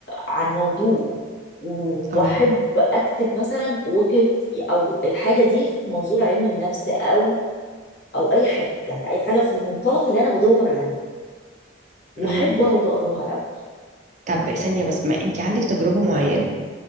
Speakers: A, on the left; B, on the right.
A: عن موضوع واحب
B: اه
A: اكتب مثلا وجهة او الحاجه دي في منظور علم النفس او او اي حاجه يعني اي حاجه في المنطلق اللي انا بدور عليه واحب
B: امم
A: اقعد اقراها قوي
B: طب ثانية بس ما انت عندك تجربة معينة